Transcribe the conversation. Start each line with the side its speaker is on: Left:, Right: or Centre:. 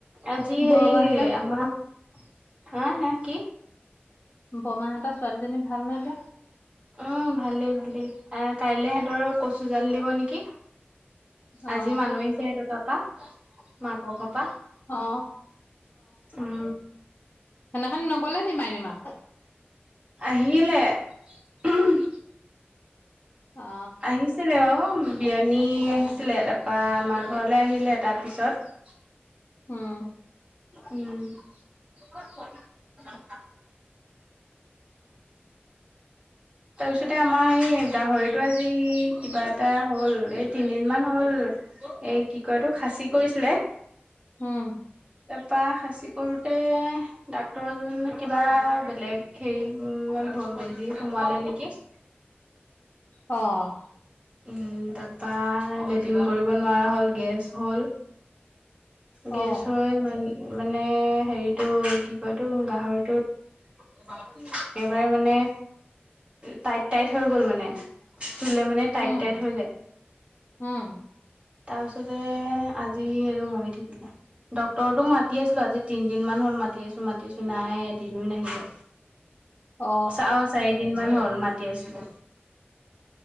Right: আজি সেই
Left: বৰমাহঁতৰ
Right: আমাৰ হেঁ হেঁ কি?
Left: ব'মাহঁতৰ ছোৱালীজনী ভালনে এতিয়া?
Right: অঁ ভালেই ভালেই, অঁ কাইলে হেতৰ কচুজাল দিব নেকি? আজি
Left: অ
Right: মানুহ আহিছে সেহঁত তা'পা। মা' ক ঘপা,
Left: অ
Right: উম।
Left: সেই নাখনি নগ'লে নি মাইনী মাক?
Right: আহিলে। ‌ <unintelligible>
Left: অ
Right: আহিছিলে বাওঁ। বিয়নী আহিছিলে, তাপা আমাৰ ঘৰলে আহিলে তাৰপিছত,
Left: উম।
Right: উম। <unintelligible> <unintelligible> তাৰপিছতে আমাৰ এই গাহৰিটো আজি কিবা এটা হ'ল, এই তিনিদিনমান হ'ল। এই কি কয় এটো খাচী কৰিছিলে।
Left: উম।
Right: তাপা খাচি কৰোতে, ডাক্তৰ জনে কিবা বেলেগ হেই ওম বেজি সোমোৱালে নেকি?
Left: অঁহ।
Right: উম তাপা লেটিন কৰিব নোৱাৰা হ'ল, গেছ হ'ল। গেছ
Left: অ
Right: হৈ মান মানে হেৰিটো কি কয় এটো গাহৰিটো একেবাৰে মানে টাইট টাইট হৈ গ'ল মানে, চোলে মানে টাইট
Left: উম
Right: টাইট হৈ যায়।
Left: উম
Right: তাপিছতে আজি এইটো মৰি থাকিলে। ডক্তৰটোক মাতি আছিলো আজি তিনদিন মান হ'ল মাতি আছো, মাতি আছো, নাই এদিনো নাহিলে।
Left: অ
Right: চা অ' চাৰিদিন মান হ'ল মাতি আছিলো।